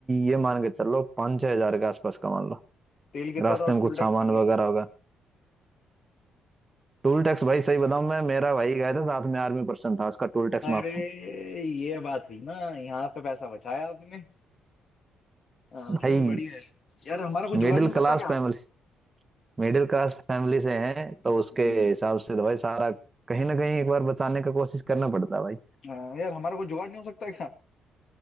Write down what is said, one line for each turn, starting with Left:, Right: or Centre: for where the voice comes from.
Right: ये मान के चलो पाँच छह हजार के आसपास का मान लो
Left: तेल कितना
Right: रास्ते
Left: था और
Right: में कुछ
Left: टोल टैक्स
Right: सामान
Left: कितना
Right: वगैरह
Left: था
Right: होगा टोल टैक्स भाई सही बताऊं मैं मेरा भाई गया था साथ में आर्मी पर्सन था उसका टोल टैक्स
Left: अरे
Right: माफ था
Left: ये बात हुई ना यहाँ पे पैसा बचाया आपने हाँ,
Right: भाई
Left: चलो बढ़िया है यार हमारा कुछ जुगाड़
Right: middle
Left: नहीं हो सकता
Right: class
Left: क्या
Right: family middle class family से हैं तो उसके
Left: हम्म,
Right: हिसाब से तो भाई सारा कहीं ना कहीं एक बार बचाने का कोशिश करना पड़ता है भाई
Left: हाँ, यार हमारा कुछ जुगाड़ नहीं हो सकता क्या